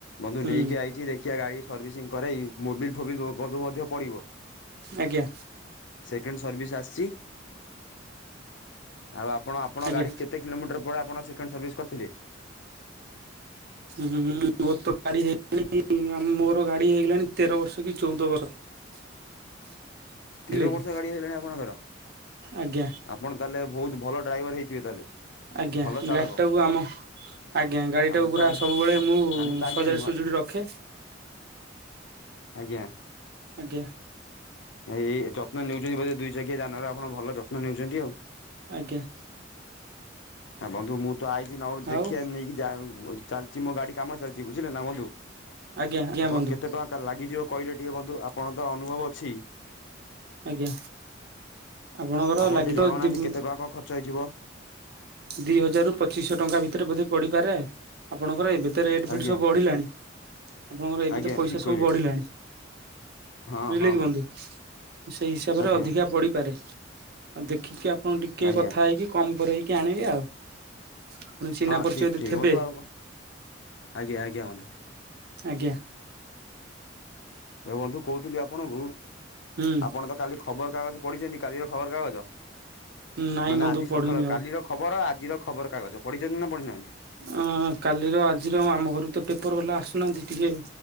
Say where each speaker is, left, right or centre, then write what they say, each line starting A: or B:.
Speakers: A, on the left; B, on the right.
A: ବନ୍ଧୁ
B: ହୁଁ
A: ନେଇକି ଆଇଛି ଦେଖିବା ଗାଡି ସର୍ଭିସିଂ କରାଇ ମୋବିଲ ଫୋବିଲ ମଧ୍ୟ ପଡ଼ିବ
B: ଆଜ୍ଞା
A: ସେକେଣ୍ଡ ସର୍ଭିସ୍ ଆସିଛି ଆଉ ଆପଣ ଆପଣ
B: ଆଜ୍ଞା
A: ଗାଡ଼ି କେତେ କିଲୋମିଟର ପରେ ଆପଣ ସେକେଣ୍ଡ ସର୍ଭିସ୍ କରିଥିଲେ
B: ହୁଁ ମୋର ତ ଗାଡି ହେଇଗଲାଣି ମୋର ଗାଡି ହେଇଗଲାଣି ତେର ବର୍ଷ କି ଚଉଦ ବର୍ଷ <unintelligible> ବୁଝିଲେ
A: ତେର
B: କି
A: ବର୍ଷ ଗାଡ଼ି ହେଇଗଲାଣି ଆପଣଙ୍କର
B: ଆଜ୍ଞା
A: ଆପଣ ତାହେଲେ ବହୁତ ଭଲ ଡ୍ରାଇଭର ହେଇଥିବେ ତାହେଲେ
B: ଆଜ୍ଞା
A: ଭଲ ଚାଳକ।
B: ଗାଡ଼ିଟାକୁ ଆମ ଆଜ୍ଞା ଗାଡି
A: ଆମେ
B: ଟାକୁ ପୁରା
A: ତ ଆଜ୍ଞା
B: ସବୁବେଳେ ମୁଁ
A: ଆମେ ତ ଆଜ୍ଞା
B: ସଜାଡି
A: ନୂଆ
B: ସୁଜୁଡି ରଖେ
A: ଆଜ୍ଞା
B: ଆଜ୍ଞା
A: ଏଇ ଯତ୍ନ ନେଉଛନ୍ତି ବୋଧେ ଦୁଇ ଚକିଆ ଯାନର ଆପଣ ଭଲ ଯତ୍ନ ନେଉଛନ୍ତି ଆଉ
B: ଆଜ୍ଞା
A: ହ ବନ୍ଧୁ ମୁଁ ତ ଆଇଛି ନହ ଦେଖିବା
B: ଆଉ
A: ନେଇକି ଯା ଚାଲିଛି ମୋ ଗାଡି କାମ ଚାଲିଛି ବୁଝିଲେ ନା ବନ୍ଧୁ
B: ଆଜ୍ଞା ଆଜ୍ଞା
A: ଆପଣ
B: ବନ୍ଧୁ
A: କେତେ ଟଙ୍କା ଲାଗିଯିବ- କହିଲେ ଟିକି ବନ୍ଧୁ ଆପଣଙ୍କ ତ ଅନୁଭବ ଅଛି।
B: ଆଜ୍ଞା ଆପଣଙ୍କର
A: ଆପଣ
B: ଲାଗିବ
A: ଟିକେ ଜଣାଉନାହାନ୍ତି
B: ତି -
A: କେତେ ଟଙ୍କା କଣ ଖର୍ଚ୍ଚ ହେଇଯିବ
B: ଦି ହଜାର ରୁ ପଚିଶଶହ ଟଙ୍କା ଭିତରେ ବୋଧେ ପଡିପାରେ ଆପଣଙ୍କର ଏବେ- ଏତେ ରେଟ୍
A: ଆଜ୍ଞା
B: ଫେଟ୍ ସବୁ ବଢିଲାଣି ଆପଣଙ୍କର ଏବେ
A: ଆଜ୍ଞା
B: ତ ପଇସା
A: ଠିକ୍ କହିଲେ
B: ସବୁ ବଢିଲାଣି
A: ହଁ
B: ବୁଝିଲେ
A: ହଁ
B: କି ବନ୍ଧୁ ସେଇ ହିସାବରେ
A: ଆଜ୍ଞା
B: ଅଧିକା ପଡିପାରେ ଆଉ ଦେଖିକି ଆପଣ ଟିକେ
A: ଆଜ୍ଞା
B: କଥା ହେଇକି କମ କରେଇକି ଆଣିବେ ଆଉ ପୁଣି ଚିହ୍ନା
A: ହଁ
B: ପରିଚୟ
A: ଠିକ
B: ଯଦି
A: ଠିକ
B: ଥେବେ
A: ବନ୍ଧୁ ଆଉ କଣ ଆଜ୍ଞା ଆଜ୍ଞା ବନ୍ଧୁ
B: ଆଜ୍ଞା
A: ଏ ବନ୍ଧୁ କହୁଥିଲି ଆପଣଙ୍କୁ
B: ହୁଁ
A: ଆପଣ ତ କାଲି ଖବର କାଗଜ ପଢିଛନ୍ତି କାଲିର ଖବର କାଗଜ
B: ନାଇଁ
A: ମାନେ
B: ବନ୍ଧୁ
A: ଆଜି
B: ପଢିନି
A: ସକାଳ
B: ଆଉ।
A: କାଲିର ଖବର ଆଜିର ଖବରକାଗଜ ପଢ଼ିଛନ୍ତି ନା ପଢିନାହାନ୍ତି?
B: ଅ କାଲିର ଆଜିର ଆମ ଘରକୁ ତ ପେପର ବାଲା ଆସୁନାହାନ୍ତି ଟିକେ